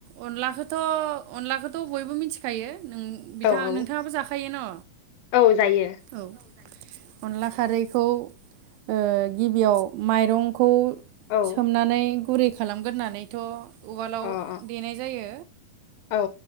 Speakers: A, on the right (about 85°); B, on the left (about 85°).
A: अनलाखोथ' अनलाखोथ' बयबो मिथिखायो नों बिथां
B: औ औ
A: नोंथाङाबो जाखायो न'?
B: औ जायो
A: औ अनला खारैखौ ओ गिबियाव माइरंखौ
B: औ
A: सोमनानै गुरै खालामगोरोनानैथ' उवालाव
B: अ अ
A: देनाय जायो।
B: औ